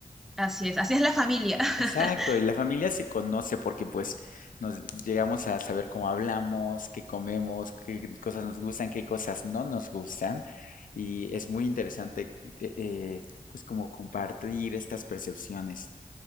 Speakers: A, in the centre; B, on the left.
A: Así es, así es la familia. <laughs>
B: Exacto, y la familia se conoce porque pues nos llegamos a saber cómo hablamos, qué comemos, qué cosas nos gustan, qué cosas no nos gustan. Y es muy interesante eh, eh, pues como compartir estas percepciones.